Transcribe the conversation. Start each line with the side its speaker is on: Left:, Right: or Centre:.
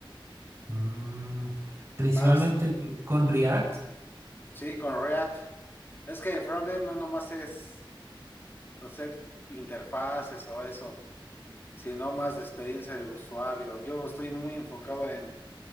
Right: Mm, principalmente
Left: más,
Right: con React.
Left: sí, con React. Es que el frontend no nomás es hacer interfaces o eso, sino más de experiencia del usuario. Yo estoy muy enfocado en,